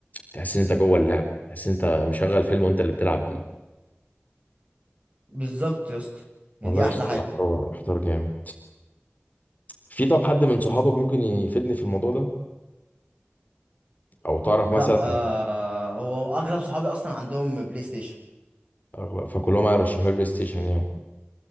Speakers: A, on the left; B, on the right.
A: تحس ان انت جوه اللعبه تحس ان انت مشغل فيلم وانت اللي بتلعب بيه
B: بالظبط يا اسطى يعني
A: والله
B: دي
A: يا
B: احلى
A: اسطى
B: حاجة
A: محتار محتار جامد في طب حد من صحابك ممكن يفيدني في الموضوع ده او تعرف
B: لا
A: مثلا
B: آه هو اغلب صحابي اصلا عندهم بلاي ستيشن
A: أغلب- فكلهم هيرشحوا لي بلاي ستيشن يعني